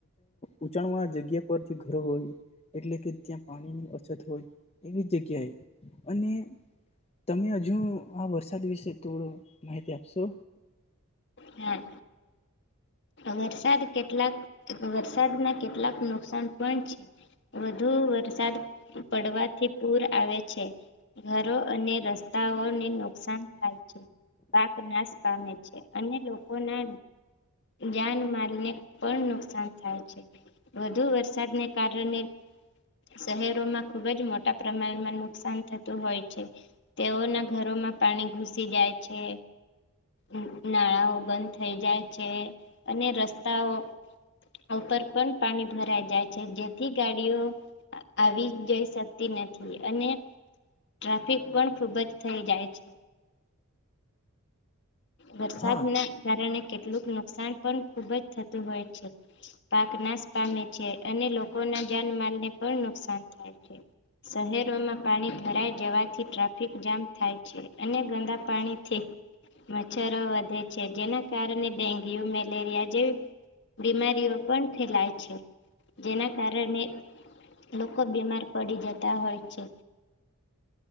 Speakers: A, on the left; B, on the left.
A: ઉંચાણવાળા જગ્યા પર જે ઘરો હોય એટલે કે ત્યાં પાણીની અછત હોય એવી જગ્યાએ અને તમે અજુ આ વરસાદ વિશે થોડો માહિતી આપશો?
B: હા. વરસાદ કેટલાક વરસાદનાં કેટલાક નુકસાન પણ છે વધુ વરસાદ પડવાથી પૂર આવે છે. ઘરો અને રસ્તાઓને નુકસાન થાય છે. પાક નાશ પામે છે અને લોકોનાં જાનમાલને પણ નુકસાન થાય છે. વધુ વરસાદને કારણે શહેરોમાં ખૂબ જ મોટા પ્રમાણમાં નુકસાન થતું હોય છે. તેઓનાં ઘરોમાં પાણી ઘુસી જાય છે. ન નાળાઓ બંધ થઈ જાય છે અને રસ્તાઓ ઉપર પણ પાણી ભરાઈ જાય છે જેથી ગાડીઓ આવી જઈ શકતી નથી અને ટ્રાફિક પણ ખૂબ જ થઈ જાય છે. વરસાદના
A: હા
B: કારણે કેટલુંક નુકસાન પણ ખૂબ જ થતું હોય છે. પાક નાશ પામે છે અને લોકોના જાનમાલને પણ નુકસાન થાય છે. શહેરોમાં પાણી ભરાઈ જવાથી ટ્રાફિક જામ થાય છે અને ગંદા પાણીથી મચ્છરો વધે છે જેના કારણે ડેન્ગ્યુ, મેલેરિયા જેવી બીમારીઓ પણ ફેલાય છે જેના કારણે લોકો બીમાર પડી જતા હોય છે.